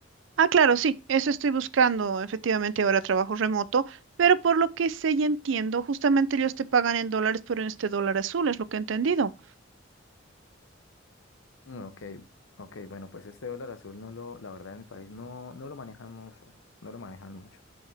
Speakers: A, on the right (about 70°); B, on the left (about 75°).
A: Ah, claro, sí, eso estoy buscando. Efectivamente, ahora trabajo remoto, pero por lo que sé y entiendo, justamente ellos te pagan en dólares, pero en este dólar azul, es lo que he entendido.
B: Mm, Ok, ok, bueno, pues este dólar azul no lo, la verdad en mi país no, no lo manejan mucho, no lo manejan mucho.